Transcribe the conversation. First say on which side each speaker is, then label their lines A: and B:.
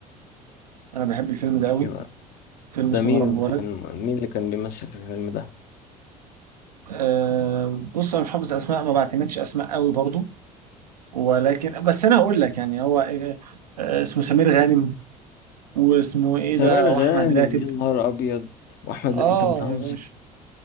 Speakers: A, on the right; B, on the left.
A: انا بحب الفيلم ده قوي
B: يبقى
A: فيلم اسمه
B: ده مين
A: يا رب
B: كان
A: ولد
B: مين اللي كان بيمثل في الفيلم ده
A: آه بص انا مش حافظ اسماء ما بعتمدش اسماء قوي برضو ولكن بس انا هقول لك يعني هو آه، آه، اسمه سمير غانم واسمه ايه
B: سمير
A: ده واحمد
B: غانم
A: راتب
B: يا نهار ابيض واحمد
A: اه
B: انت بتهزر
A: يا باشا